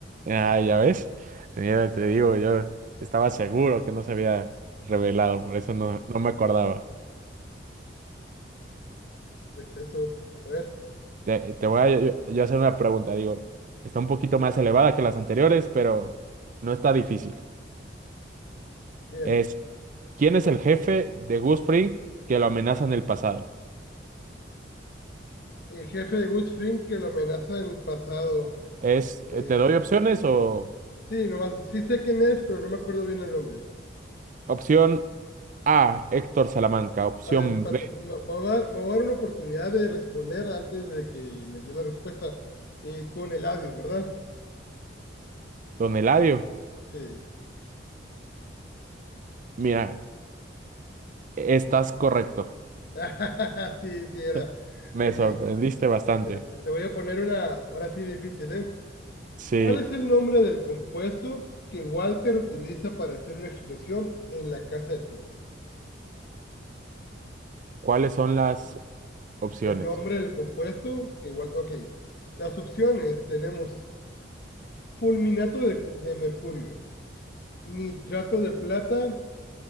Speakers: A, on the right (about 45°); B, on the left (about 55°).
A: Ah, ya ves. Mira, te digo, yo estaba seguro que no se había revelado, por eso no, no me acordaba.
B: Pues eso. A ver,
A: Te, te voy a yo, yo hacer una pregunta, digo, está un poquito más elevada que las anteriores, pero no está difícil.
B: dígame.
A: Es, ¿quién es el jefe de Gus Fring que lo amenaza en el pasado?
B: El jefe de Gus Fring que lo amenaza en el pasado
A: Es,
B: es...
A: eh, ¿te doy opciones o...?
B: Sí, nomás, sí sé quién es, pero no me acuerdo bien el nombre.
A: Opción A, Héctor Salamanca. Opción
B: A ver, espérate,
A: B,
B: me, me voy a dar, me voy a dar una oportunidad de responder antes de que me dé la respuesta. Eh, Don Eladio, ¿verdad?
A: Don Eladio.
B: Sí.
A: Mira, estás correcto.
B: <laughs> Sí, sí era.
A: <laughs> Me
B: Ok,
A: sorprendiste bastante.
B: espérate, te voy a poner una, ahora sí difícil, ¿eh?
A: Sí.
B: ¿Cuál es el nombre del compuesto que Walter utiliza para hacer una explosión en la casa de Tuco?
A: ¿Cuáles son las opciones?
B: El nombre del compuesto que Walter... Ok, las opciones tenemos fulminato de, cu- de mercurio, nitrato de plata,